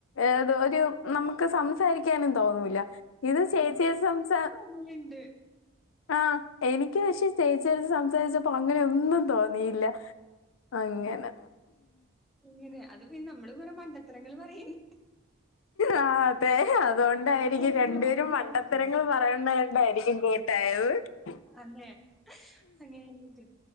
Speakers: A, on the left; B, in the centre.
A: ഏത് ഒരു നമ്മുക്ക് സംസാരിക്കാനും തോന്നുല്ല. ഇത് ചേച്ചിയുടെ സംസാ
B: കുഞ്ഞുണ്ട്.
A: ആഹ് എനിക്ക് പക്ഷേ ചേച്ചി എടുത്ത് സംസാരിച്ചപ്പോ അങ്ങനെ ഒന്നും തോന്നിയില്ല. അങ്ങനെ
B: ഇങ്ങനെ അത് പിന്നെ നമ്മള് കൊറെ മണ്ടത്തരങ്ങൾ പറയേനി
A: ആഹ് അതെ അതൊണ്ടായിരിക്കും
B: ചെലപ്പോ
A: രണ്ടുപേരും
B: നാട്ടിലാണെങ്കില്
A: മണ്ടത്തരങ്ങൾ പറയുന്നകൊണ്ടായിരിക്കും. <unintelligible>
B: അതെ അങ്ങനെയൊന്നു ചിന്തി